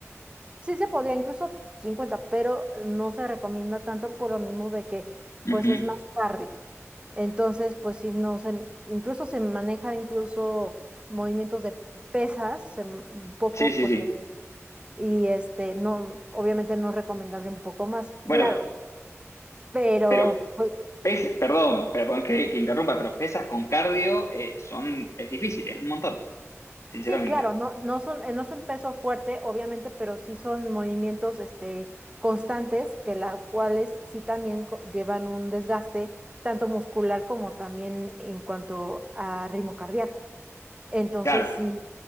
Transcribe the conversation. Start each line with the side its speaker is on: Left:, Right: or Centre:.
Right: sí se podría incluso 50, pero no se recomienda tanto por lo mismo de que,
Left: Uh
Right: pues
Left: -huh.
Right: es más cardio. Entonces, pues sí, no se, incluso se maneja incluso movimientos de pesas, se- un poco,
Left: Sí, sí,
Right: porque
Left: sí.
Right: y este, no, obviamente no es recomendable un poco más,
Left: Bueno,
Right: claro, pero
Left: pero
Right: pues,
Left: pes perdón, perdón que, que, interrumpa, pero pesas con cardio eh, son, es difícil, es un montón, sinceramente.
Right: sí, claro, no, no son, eh, no es un peso fuerte, obviamente, pero sí son movimientos, este, constantes, que las cuales sí también co- llevan un desgaste, tanto muscular como también en cuanto a ritmo cardíaco. Entonces,
Left: Claro,
Right: sí,